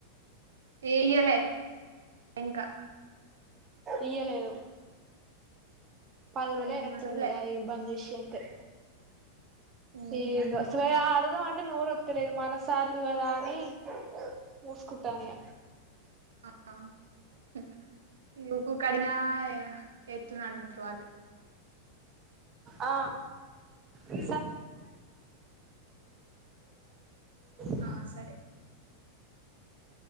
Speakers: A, on the right; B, on the right.
A: ఏయ్యలే ఇంకా
B: ఇయ్యలేదు పది రోజు
A: ఉమ్,
B: అయినట్టుంది
A: అసలే
B: అయి బంద్ చేసి అంతే
A: ఉహు,
B: ఈగో అసలు అడుగుదామంటే అంటే నోరత్తలేదు ఇగ మనసార్లు కదా అని మూసుకుంటాన ఇగ
A: <unintelligible>
B: ఆ <unintelligible> <inaudible>
A: ఆ సరే